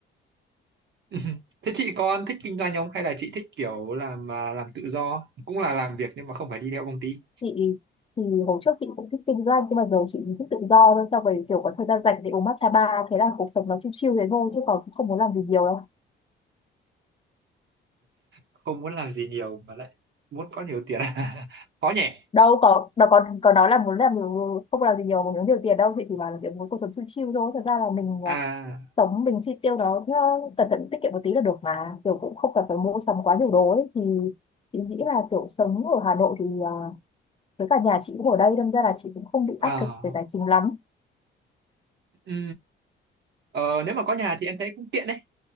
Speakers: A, on the right (about 65°); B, on the left (about 30°).
A: <laughs> thế chị con thích kinh doanh không hay là chị thích kiểu làm à, làm tự do cũng là làm việc nhưng mà không phải đi theo công ty
B: Chị thì hồi trước chị cũng thích kinh doanh nhưng mà giờ chị thích tự do thôi. Sau rồi kiểu có thời gian rảnh để uống matcha bar. Thế là cuộc sống nó chill chill thế thôi chứ còn cũng không muốn làm gì nhiều đâu.
A: không muốn làm gì nhiều mà lại muốn có nhiều tiền <laughs> khó nhỉ
B: Đâu có, đâu có, có nói là muốn làm điều- không làm gì nhiều, muốn kiếm nhiều tiền đâu. Chị chỉ bảo là kiểu muốn cuộc sống chill chill thôi. Thật ra là mình
A: à
B: ờ, tổng mình chi tiêu đó nó cẩn thận tiết kiệm một tí là được mà kiểu cũng không cần phải mua sắm quá nhiều đồ ấy thì chị nghĩ là kiểu sống ở Hà Nội thì à, với cả nhà chị cũng ở đây đâm ra là chị cũng không bị áp
A: à
B: lực về tài chính lắm
A: ừ. ờ, nếu mà có nhà thì em thấy cũng tiện đấy